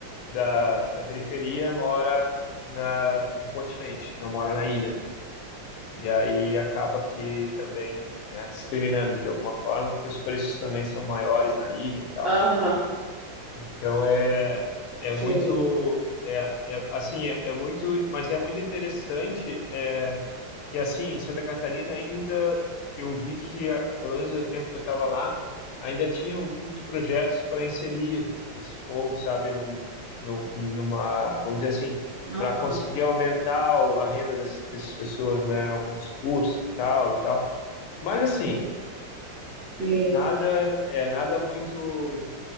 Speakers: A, on the left; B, on the right.
A: da, da periferia mora na, no continente, não mora na ilha. E aí acaba que também, né, discriminando de alguma forma, porque os preços também são maiores na ilha e tal.
B: Aham,
A: Então é, é
B: sim.
A: muito é, é assim é, é muito mas é muito interessante é, que assim em Santa Catarina ainda eu vi que a- pelo menos no tempo que eu estava lá ainda tinha alguns projetos para inserir esse povo sabe num, num, numa vamos dizer assim
B: Aham,
A: para conseguir aumentar o- a renda dessas dessas pessoas né alguns cursos e tal e tal mas assim
B: sim.
A: nada é nada muito